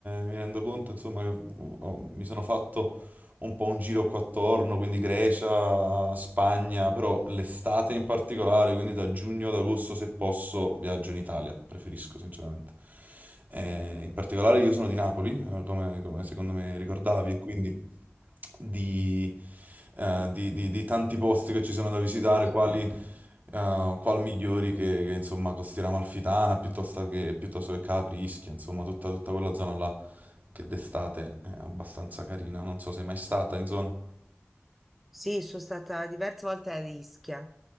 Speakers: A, on the right; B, in the centre.
A: mi rendo conto, insomma, che ho- mi sono fatto un po' un giro qua attorno, quindi Grecia, Spagna, però l'estate in particolare, quindi da giugno ad agosto se posso viaggio in Italia, preferisco sinceramente. Eh, in particolare io sono di Napoli, eh, come, come secondo me ricordavi, e quindi di, eh, di- di- di tanti posti che ci sono da visitare, quali, eh, qual migliori che, che, insomma Costiera Amalfitana piuttosto che, piuttosto che Capri, Ischia, insomma tutta, tutta quella zona là che d'estate è abbastanza carina, non so se è mai stata in zona.
B: Sì, sono stata diverse volte a Ischia.